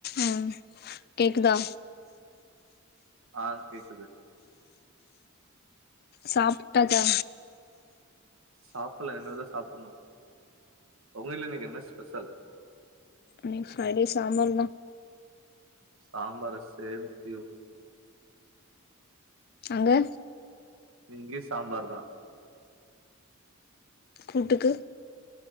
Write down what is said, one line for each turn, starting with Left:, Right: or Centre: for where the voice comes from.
Left: ம் கேக்குதா
Right: ஆ கேக்குது
Left: சாப்பிட்டாச்சா
Right: சாப்பில இனிமேல்தா சாப்பிணு உங்க விட்ல இன்னிக்கு என்ன ஸ்பெஷல்
Left: இன்னிக்கு ஃபிரைடே சாம்பார்தா
Right: சாம்பார் சேம் டியூ
Left: அங்க
Right: இங்கியு சாம்பார்தா
Left: கூட்டுக்கு